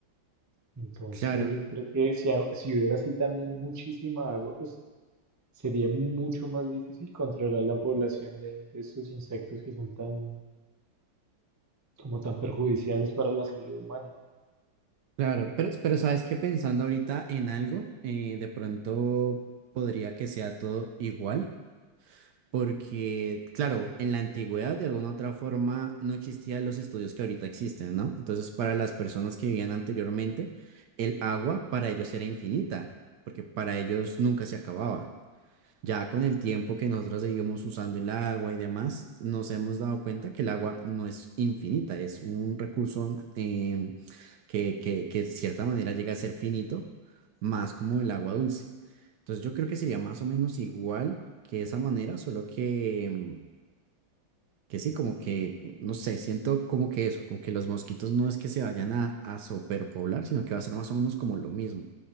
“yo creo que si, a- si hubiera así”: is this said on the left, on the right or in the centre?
Right